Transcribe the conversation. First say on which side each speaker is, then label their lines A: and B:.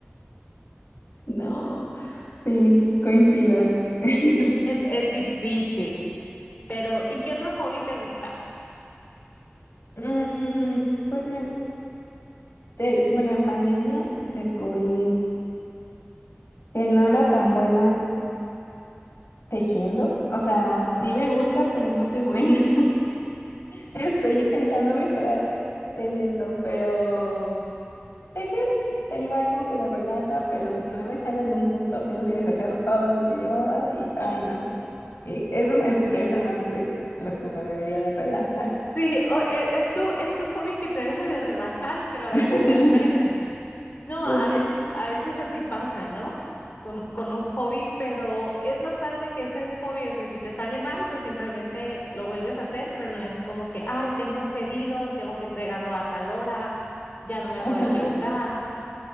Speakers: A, on the left; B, on the left.
A: No, sí, coincido. <laughs>
B: Es, es difícil, pero ¿y qué otro hobby te gusta?
A: Mm, pues me, te- bueno, en pandemia descubrí que no era tan buena tejiendo. O sea, sí me gusta, pero no soy buena. <laughs> Estoy intentando mejorar en eso, pero tejer, da igual como que me relaja, pero si no me sale algún punto, tengo que deshacer todo lo que llevaba y, ay, no. Y eso me estresa más de lo que me debería de relajar.
B: Sí, o- e- es, tu, es tu hobby que te deja de relajar, pero a
A: <laughs>
B: veces te estresa. <laughs> No,
A: Pues,
B: a veces, a veces así pasa, ¿no? Con, con un hobby, pero es lo padre que es el hobby. O sea, si te sale mal, pues simplemente lo vuelves a hacer, pero no es como que, ay, tengo un pedido, tengo que entregarlo a tal hora, ya no me
A: Ajá,
B: puedo equivocar.